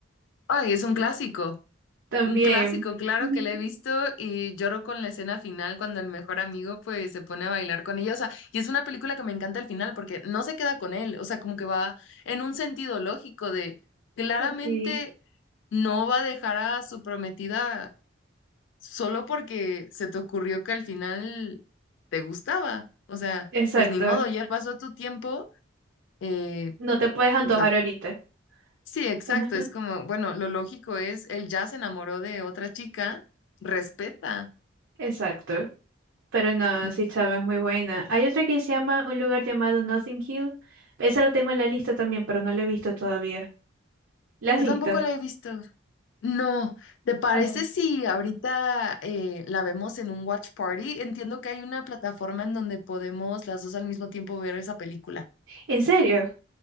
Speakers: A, on the left (about 65°); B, on the right (about 70°).
A: ay, es un clásico,
B: También.
A: un clásico, claro
B: Ujú.
A: que la he visto y lloro con la escena final cuando el mejor amigo pues se pone a bailar con ella, o sea, y es una película que me encanta al final porque no se queda con él, o sea, como que va en un sentido lógico de claramente
B: Ok.
A: no va a dejar a su prometida solo porque se te ocurrió que al final te gustaba. O sea,
B: Exacto.
A: pues ni modo, ya pasó tu tiempo. eh,
B: No te puedes antojar
A: pues la-
B: ahorita.
A: Sí, exacto.
B: Ajá.
A: Es como, bueno, lo lógico es, él ya se enamoró de otra chica, respeta.
B: Exacto. Pero no,
A: Sí.
B: sí, chama, es muy buena. Hay otra que se llama un lugar llamado Nothing Hill. Esa la tengo en la lista también, pero no la he visto todavía. ¿La has
A: Yo
B: visto?
A: tampoco la he visto. No, ¿te parece
B: Ah,
A: si ahorita eh, la vemos en un watch party? Entiendo que hay una plataforma en donde podemos las dos al mismo tiempo ver esa película.
B: ¿En serio?